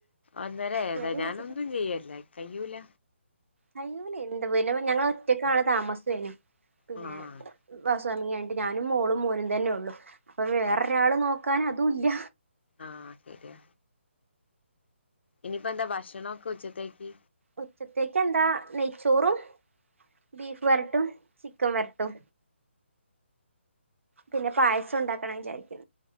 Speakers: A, on the left; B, on the right.
A: ഒന്നര
B: ഇവരെ
A: അയതാ ഞാൻ
B: വെച്ചിട്ട്
A: ഒന്നും ചെയുല്ലേ കഴിയില്ല
B: കയ്യുല്ലെ എന്താ പിന്നെ ഞങ്ങൾ ഒറ്റക്കാണ് താമസംഐനും--പിന്നെ
A: ആഹ്
B: ബസ് ഹൗസ് വായിങ്ങ് കഴിഞ്ഞിട്ട്ഞാനും മോളും മോനും തന്നെ ഉള്ളു അപ്പൊ വേറൊരാള് നോക്കാൻ അതുഇല്ല
A: ആഹ ശരിണ് ഇനിയിപ്പോ എന്താ ഭക്ഷണൊക്കെ ഉച്ചത്തേക്ക്
B: ഉച്ചത്തേക്ക് എന്താ നെയ്ച്ചോറും ബീഫ് വരട്ടും ചിക്കൻ വരട്ടും പിന്നെ പായസം ഉണ്ടാക്കണം വിചാരിച്ചു